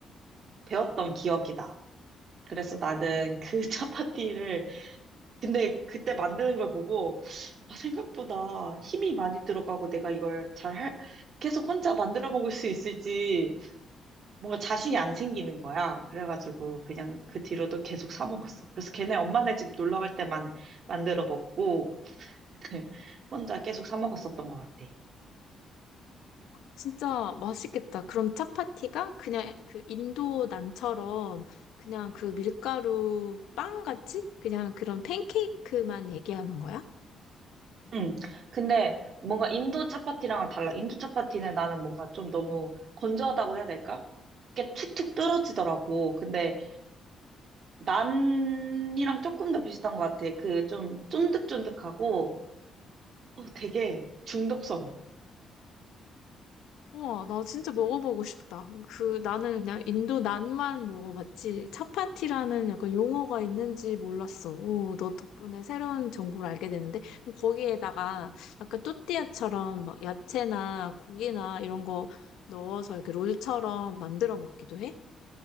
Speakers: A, on the right (about 60°); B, on the left (about 85°).
A: 배웠던 기억이다. 그래서 나는 그 <laughs> 차파티를 근데 그때 만드는 걸 보고 아, 생각보다 힘이 많이 들어가고 내가 이걸 잘 할, 계속 혼자 만들어 먹을 수 있을지 뭔가 자신이 안 생기는 거야. 그래가지고 그냥 그 뒤로도 계속 사 먹었어. 그래서 걔네 엄마네 집 놀러 갈 때만 만들어 먹고 <laughs> 혼자 계속 사 먹었었던 것 같아.
B: 진짜 맛있겠다. 그럼 차파티가 그냥 그 인도 난처럼 그냥 그 밀가루 빵 같이 그냥 그런 팬케이크만 얘기하는 거야?
A: 응. 근데 뭔가 인도 차파티랑은 달라. 인도 차파티는 나는 뭔가 좀 너무 건조하다고 해야 될까? 이게 툭툭 떨어지더라고. 근데 난이랑 조금 더 비슷한 것 같아. 그 좀 쫀득쫀득하고 어, 되게 중독성.
B: 우와, 나 진짜 먹어보고 싶다. 그, 나는 그냥 인도 난만 먹어봤지, 차파티라는 약간 용어가 있는지 몰랐어. 오, 너 덕분에 새로운 정보를 알게 되는데, 그럼 거기에다가 약간 또띠아처럼 막 야채나 고기나 이런 거 넣어서 이렇게 롤처럼 만들어 먹기도 해?